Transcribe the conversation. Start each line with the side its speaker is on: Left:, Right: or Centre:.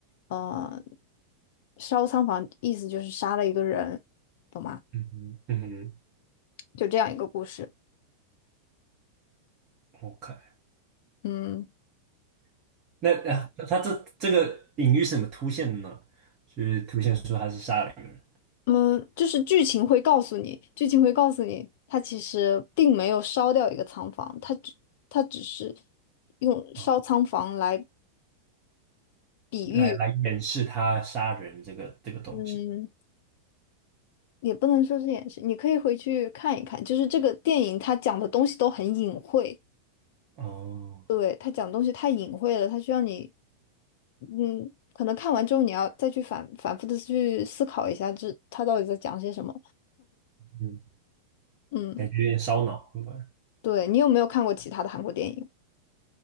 Left: 呃，烧仓房意思就是杀了一个人嘛，
Right: 嗯哼，嗯哼
Left: 就这样一个故事。
Right: ，OK。
Left: 嗯
Right: 那啊，他这这个隐喻是怎么凸现的呢？就是凸现出他是杀了一个人
Left: 嗯，就是剧情会告诉你，剧情会告诉你，他其实并没有烧掉一个仓房，他只他只是用烧仓房来
Right: 啊，
Left: 比喻，
Right: 来来掩饰他杀人这个这个东西。
Left: 嗯。也不能说是掩饰，你可以回去看一看，就是这个电影它讲的东西都很隐晦，
Right: 哦，
Left: 对，他讲东西太隐晦了，他需要你，嗯，可能看完之后你要再去反反复的去思考一下这，他到底在讲些什么。
Right: 嗯，
Left: 嗯，
Right: 感觉有点烧脑，对吧？
Left: 对，你有没有看过其他的韩国电影